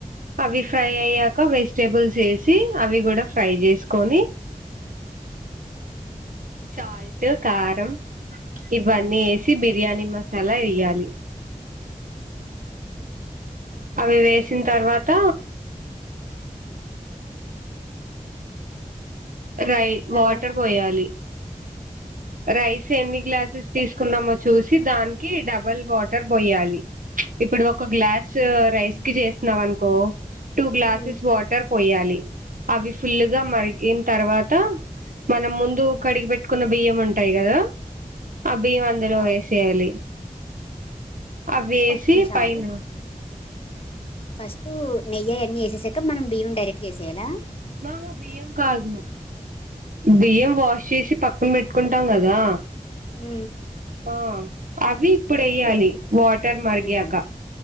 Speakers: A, on the right (about 70°); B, on the left (about 40°).
A: అవి ఫ్రై అయ్యాక వెజిటేబుల్స్ ఏసి అవి కూడా ఫ్రై చేసుకొని సాల్ టు కారం ఇవన్నీ ఏసి బిర్యానీ మసాలా ఏయాలి. అవి వేసిన తర్వాత రై
B: తర్వాత
A: వాటర్ పోయాలి. రైస్ ఎన్ని గ్లాసెస్ తీసుకున్నామో చూసి దానికి డబల్ వాటర్ పొయ్యాలి ఇప్పుడు ఒక గ్లాస్ రైస్ కి చేసినావ్ అనుకో టూ గ్లాసెస్
B: ఉమ్
A: వాటర్ పొయ్యాలి అవి ఫుల్ల్ గా మరిగిన తర్వాత మనం ముందు కడిగి పెట్టుకున్న బియ్యం ఉంటాయి గదా ఆ బియ్యం అందులో
B: అవు
A: వేసేయాలి అవేసి
B: ఒక్క నిమిషం
A: పైన
B: ఆగు ఫస్ట్ నెయ్యి అయన్నీ ఏసేసాక మనం బియం డైరెక్ట్గా ఏసేయాలా
A: బహ బియ్యం కాదు బియ్యం వాష్ చేసి పక్కన పెట్టుకుంటాం కదా
B: ఉ
A: ఆ అవి ఇప్పుడెయ్యాలి వాటర్ మరిగాక
B: ఉహు